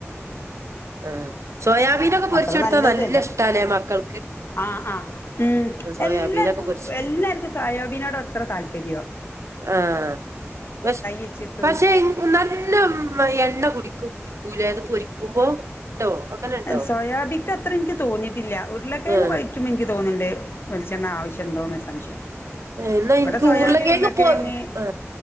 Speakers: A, on the right (about 75°); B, on the left (about 55°).
A: ആഹ് സോയാബീനൊക്കെ പൊരിച്ചെടുത്താ
B: അത്ര നല്ലതു
A: നല്ല
B: അല്ല
A: ഇഷ്ടല്ലേ മക്കൾ
B: ആഹ് ആഹ് ഉം
A: സോയാബീനൊക്കെ
B: എല്ലാർക്കും
A: പൊരിച്ച്
B: എല്ലാർക്കും സയോബിനോട് അത്ര താല്പര്യോ-
A: ആഹ് പഷ്
B: വെച്ചിട്ടും
A: പക്ഷെ നല്ല എണ്ണ കുടിക്കും. ക്കുലെ അത് പൊരിക്കുമ്പോ ഉണ്ടോ അങ്ങനെ ഉണ്ടോ
B: സോയാബിക്ക് അത്ര എനിക്ക് തോന്നിയിട്ടില്യാ ഉരുളക്കിഴങ്ങ്
A: ആ
B: പൊരിക്കുമ്പോ എനിക്ക് തോന്നിണ്ട് ആവശ്യണ്ടോന്ന് സംശയം
A: എന്നാ
B: ഇവിടെ
A: എനിക്ക്
B: സോയാബി
A: ഉരുളക്കെങ്ങു
B: ഉരുളക്കിഴങ്ങ്
A: പൊ എ